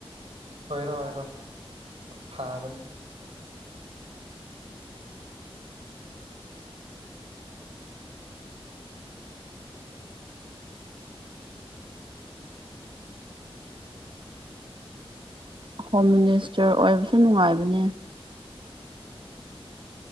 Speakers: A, on the right; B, on the right.
A: ꯑꯣꯏꯔꯣ ꯑꯣꯏꯔꯣ ꯐꯥꯕꯅꯤ
B: ꯍꯣꯝ ꯃꯤꯅꯤꯁꯇꯔ ꯑꯣꯏꯕꯁꯨ ꯅꯨꯡꯉꯥꯏꯕꯅꯦ